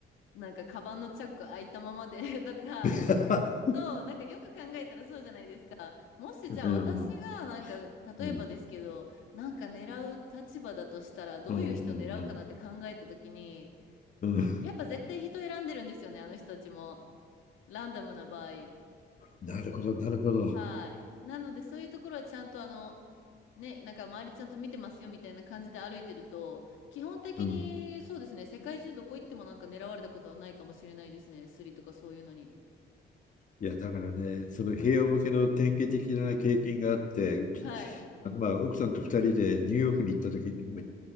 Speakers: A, on the left; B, on the left.
A: なんかカバンのチャック開いたままで <laughs> とか、
B: <laughs>
A: と、なんかよく考えたらそうじゃないですか。もしじゃあ私がなんか、
B: うんうん
A: 例えばですけど、
B: うんうん。
A: なんか狙う立場だとしたら、どういう人狙うかなって考えた時に、
B: うんうんうんうん
A: やっぱ絶対人選んでるんですよね、あの人たちも。ランダムな場合。
B: なるほど、なるほど。
A: はい。なので、そういうところはちゃんとあの、ね、なんか周りちゃんと見てますよみたいな感じで歩いてると、基本的にそうですね、
B: うん
A: 世界中どこ行ってもなんか狙われたことはないかもしれないですね、スリとかそういうのに。
B: いや、だからね、その平和向けの典型的な経験があって、うち、
A: はい。
B: あのまあ奥さんと二人でニューヨークに行った時に、もう